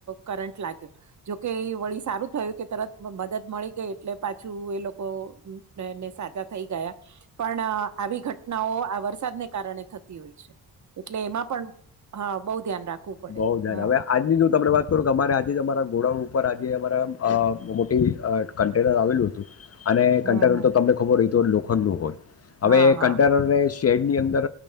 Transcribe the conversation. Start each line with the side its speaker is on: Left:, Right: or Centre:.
Right: કરંટ લાગ્યો, જોકે એ વળી સારું થયું કે તરત મદદ મળી કે, એટલે પાછું એ લોકોને સાજા થઈ ગયા. પણ આવી ઘટનાઓ આ વરસાદને કારણે થતી હોય છે એટલે એમાં પણ હા બહુ ધ્યાન રાખવું પડે
Left: બઉ જારે
Right: હમ
Left: હવે આજની જો તમને વાત કરું કે અમારે આજે જ અમારા બોડા ઉપર આજે અમારા મોટી કન્ટેનર આવેલું હતું. અને
Right: હમ
Left: કન્ટેનર તો તમને ખબર હોય તો લોખંડ નું હોય
Right: હા
Left: હવે
Right: હા
Left: કન્ટેનરને શેડ ની અંદર